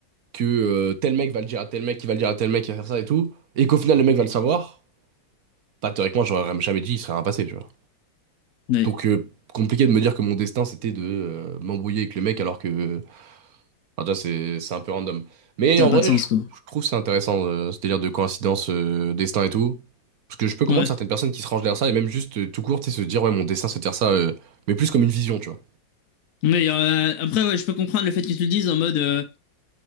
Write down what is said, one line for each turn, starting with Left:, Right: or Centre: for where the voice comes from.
Right: que euh, tel mec va le dire à tel mec, qui va le dire à tel mec, qui va faire ça et tout, et qu'au final le mec va le savoir, bah théoriquement, j'aurais jamais dit, il serait rien passé, tu vois.
Left: Mais
Right: Donc, euh, compliqué de me dire que mon destin c'était de euh, m'embrouiller avec le mec alors que. Enfin, tu vois, c'est c'est un peu random. Mais
Left: ça
Right: en
Left: a pas
Right: vrai,
Left: de sens,
Right: je, je
Left: quoi.
Right: trouve c'est intéressant euh, ce délire de coïncidence, euh, destin et tout. Parce que je peux comprendre
Left: Ouais.
Right: certaines personnes qui se rangent derrière ça et même juste euh, tout court, tu sais, se dire, ouais, mon destin c'est de faire ça, euh, mais plus comme une vision, tu vois.
Left: Mais euh, après, ouais, je peux comprendre le fait que tu le dises en mode euh,